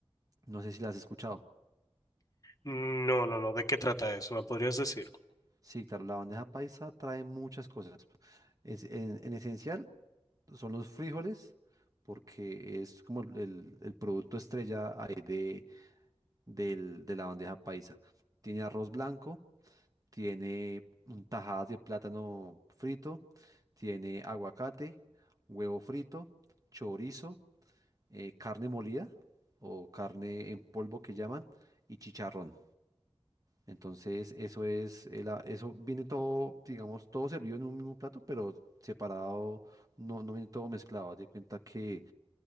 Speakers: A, on the right; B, on the left.
A: No sé si la has escuchado.
B: No, no, no. ¿De qué trata eso? ¿Me podrías decir?
A: Sí, claro, la bandeja paisa trae muchas cosas. Es, en en esencial, son los frijoles, porque es como el, el producto estrella ahí de, del- de la bandeja paisa. Tiene arroz blanco, tiene mm, tajadas de plátano frito, tiene aguacate, huevo frito, chorizo, eh, carne molida o carne en polvo que llaman, y chicharrón. Entonces, eso es, el a- eso viene todo, digamos, todo servido en un mismo plato, pero separado, no, no viene todo mezclado. Haz de cuenta que